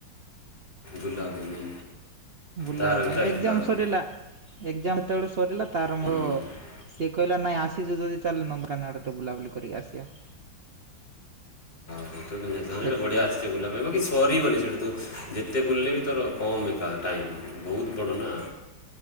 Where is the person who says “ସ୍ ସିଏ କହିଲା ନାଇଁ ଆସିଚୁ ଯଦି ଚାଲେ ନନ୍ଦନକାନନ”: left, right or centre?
Right